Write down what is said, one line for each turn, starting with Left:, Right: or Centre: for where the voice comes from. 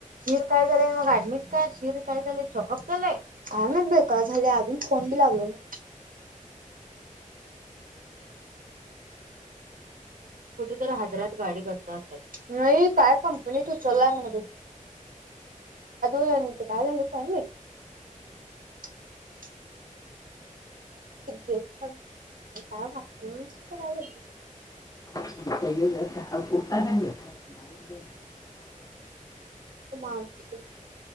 Right: शीर काय झालंय मग ऍडमिट का शीर काय झालंय चेकअप झालंय. काय नाही बे का झाले अजून फोन बी लागलो ना कुठेत हैदरात गाडी बस नाही काय कंपनी तू चलाय म कादू काय झा काय <unintelligible> प काय वाटत <unintelligible> वडली <unintelligible>
Left: ज ह <unintelligible> ह <unintelligible>
Right: मानस <unintelligible>